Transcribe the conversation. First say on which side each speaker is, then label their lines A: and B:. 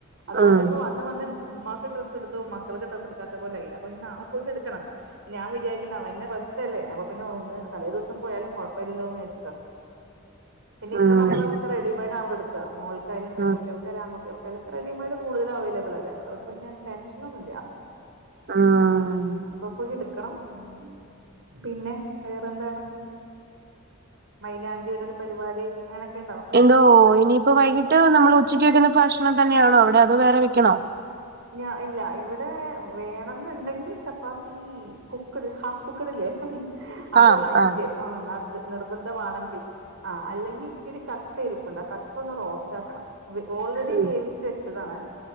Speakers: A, on the right; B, on the right.
A: അതുകൊണ്ടിപ്പ
B: ഉം
A: വന്ന് വന്ന് ഉമ്മാക്ക് ഡ്രസ്സെടുത്തു മക്കൾക്ക് ഡ്രസ്സെടെക്കാത്ത പോലായി അപ്പോയിനി നാളെ പോയിട്ട് എടുക്കണം ഞാൻ വിചാരിക്കുന്നെ അവന് റെസ്റ്റല്ലേ അപ്പ പിന്നെ ഒന്ന് തലേ ദിവസം പോയാലും കൊഴപ്പില്ലല്ലോന്ന് വിചാരിച്ചിട്ട പിന്നെയിപ്പ
B: ഉം
A: നമ്മളൊക്കെ റെഡിമെയ്ഡാണല്ലോ എടുക്കാ മോൾക്കായലും പെൺകു
B: ഉം
A: ട്ടികൾക്കായാലും ആൺകുട്ടികൾക്കായാലൊക്കെ റെഡിമെയ്ഡ് കൂടുതൽ അവൈലബളല്ലേ അതുകണ്ട് പിന്നെ ടെൻഷനൊന്നുല്ല
B: ഉം.
A: ആഹ് അപ്പ പോയി എടുക്കണം ഉം പിന്നെ വേറെന്താണ് മൈലാ ഞ്ചിയിടൽ പരിപാടി അങ്ങനൊക്കെ ഇണ്ടോ
B: അതോ ഇനിയിപ്പ വൈകിട്ട് നമ്മള് ഉച്ചയ്ക്ക് വയ്ക്കുന്ന ഭക്ഷണം തന്നെയാണോ അവിടെ അതോ വേറെ വെക്കണോ
A: ഞ ഇല്ല ഇവിടേ വേണംന്നെണ്ടെങ്കിൽ ചപ്പാത്തീ കുക്കഡ് ഹാഫ് കുക്കഡില്ലേ അത്
B: ആഹ്
A: വാങ്ങിക്ക്
B: ആഹ്
A: ഉം അവർക്ക്‌ നിർബന്ധവാണെങ്കിൽ ആഹ് അല്ലെങ്കി ഇത്തിരി കക്ക ഇരിപ്പ്ണ്ട് ആ കക്ക ഒന്ന് റോസ്റ്റാക്കണം വേ ഓൾറെഡി
B: ഉം
A: വേവിച്ച് വെച്ചതാണ്